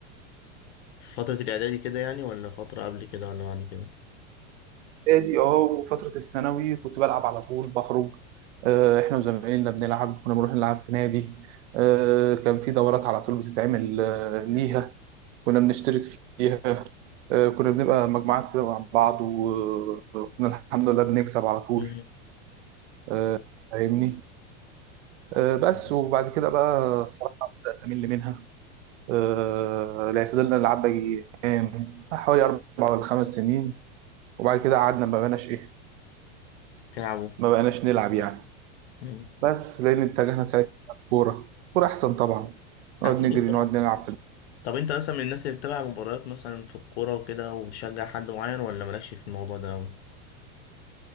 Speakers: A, on the left; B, on the right.
A: في فتره الاعدادي كده يعني ولا فتره قبل كده ولا بعد كده
B: ادي اه وفتره الثانوي كنت بلعب على طول بخرج آه احنا وزمايلنا بنلعب كنا بنروح نلعب في نادي آه كان في دورات على طول بتتعمل آه ليها كنا بنشترك فيها آه كنا بنبقى مجموعات كده مع بعض وكنا الحمد لله بنكسب على طول
A: مم.
B: آه، فاهمني آه بس
A: مم.
B: وبعد كده بقى الصراحه بقيت أمل منها آه، الاعتدال ده نلعب بقى كام حوالي اربع ولا خمس سنين وبعد كده قعدنا ما بقناش ايه
A: تلعبوا
B: ما بقناش نلعب يعني
A: مم.
B: بس لان اتجهنا ساعتها كوره كوره احسن طبعا نقعد
A: اكيد
B: نجري نقعد نلعب في
A: طب انت مثلا من الناس اللي بتتابع مباريات مثلا في الكورة وكده وبتشجع حد معين ولا مالكش في الموضوع ده أوي؟